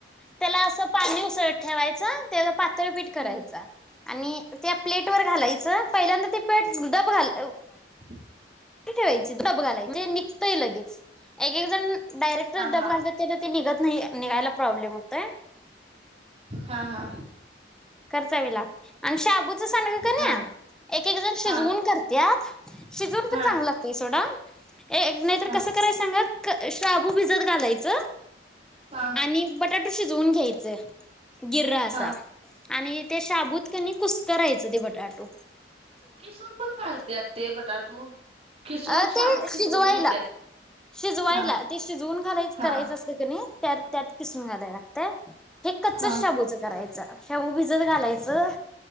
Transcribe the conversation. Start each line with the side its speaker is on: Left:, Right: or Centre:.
Centre: त्याला असं पाणी उसळत ठेवायच तेला पीट करायचा
Right: हम्
Centre: आणि त्या प्लेट वर घालाय पहिल्यदा तर ती डब घाल
Right: ह
Centre: इकडे बघायला म्हणजे निघतंय लगेच एक एक जण डायरेक्ट
Right: हा हा
Centre: डब घालतात कणी ते निघत नाही निघायला प्रॉब्लेम होतय
Right: हा हा
Centre: खर्चावी लागते आणि शाबू शाबू च सांडग कणी
Right: हा
Centre: एक एक जण शिजवून
Right: हा
Centre: करत्यात शिजवलं तर
Right: हा
Centre: चांगलं लागतंय सोडा नाहीतर
Right: हा
Centre: कसं करायचं सांगा शाबू भिजत घालायच
Right: हा
Centre: आणि बटाट शिजवून शिजवून घ्यायच गीर असा
Right: हा
Centre: आणि ते शाबूत कुस्करायच आणि ते बटाटा
Right: किसून पण घालत्यात ते बटाटू खिसून
Centre: अ
Right: शाबूत
Centre: ते
Right: शिजवून
Centre: शिजवायला
Right: घेत्यात
Centre: शिजवायला
Right: हा
Centre: ते शिजवून घालायच
Right: हा
Centre: करायचं असतं कणी त त्यात किसून घालायला लागत हे कच्चच
Right: हा
Centre: शाबूचं करायचं शाबू भिजत घाल घालायचं